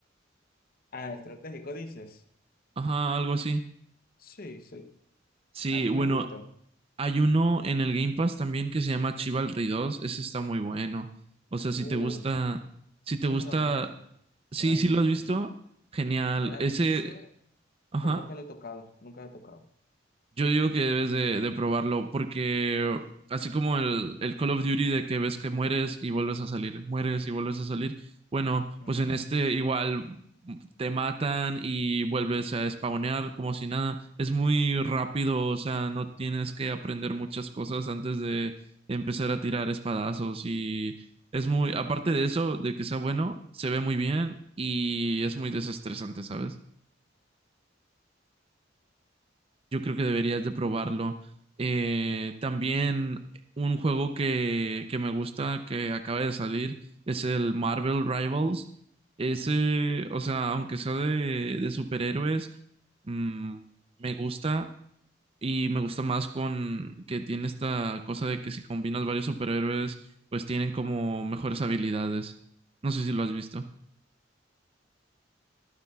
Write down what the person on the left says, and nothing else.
Ah, estratégico, dices.
Sí, sí.
A mí
me gusta.
Uh,
se
me lo han dicho.
Me lo han
dicho,
sí. Me
lo han
dicho,
pero nunca lo he tocado. Nunca lo he tocado.
Ujú.